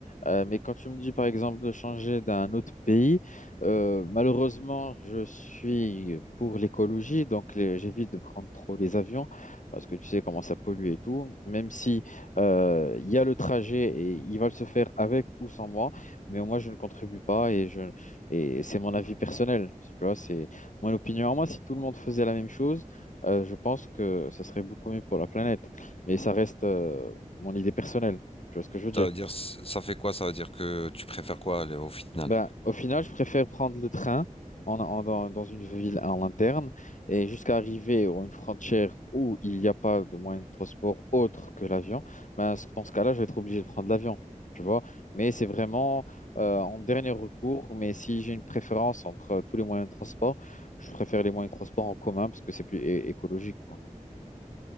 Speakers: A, on the left; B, on the left.
A: Euh, mais quand tu me dis, par exemple, de changer d'un autre pays, euh, malheureusement, je suis pour l'écologie, donc les- j'évite de prendre trop les avions parce que tu sais comment ça pollue et tout. Même si euh, il y a le trajet et il va le se faire avec ou sans moi, mais moi, je ne contribue pas et je et c'est mon avis personnel. Tu vois, c'est mon opinion à moi. Si tout le monde faisait la même chose euh, je pense que ça serait beaucoup mieux pour la planète. Mais ça reste euh, mon idée personnelle. Tu vois ce que je veux dire?
B: Ça veut dire, ça fait quoi? Ça veut dire que tu préfères quoi là, au final?
A: Ben, au final, je préfère prendre le train en, en- dans, dans une ville en interne et jusqu'à arriver à une frontière où il n'y a pas de moyen de transport autre que l'avion. Ben, ce- dans ce cas-là, je vais être obligé de prendre l'avion. Tu vois? Mais c'est vraiment euh, en dernier recours. Mais si j'ai une préférence entre euh, tous les moyens de transport, je préfère les moyens de transport en commun parce que c'est plus é- écologique, quoi.